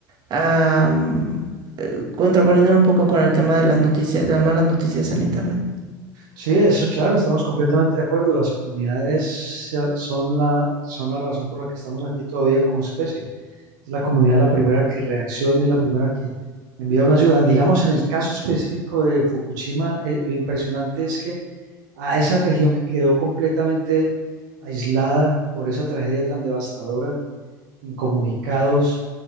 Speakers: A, on the right; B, on the right.
A: am, eh, contraponiéndolo un poco con el tema de las noticias, de las malas noticias en internet.
B: Sí, eso es claro, estamos completamente de acuerdo. Las comunidades eh, son la, son la razón por la que estamos aquí todavía como especie. Es la comunidad la primera que reacciona, es la primera que envía una ayuda. Digamos, en el caso específico de Fukushima, eh, lo impresionante es que a esa región que quedó completamente aislada por esa tragedia tan devastadora, incomunicados.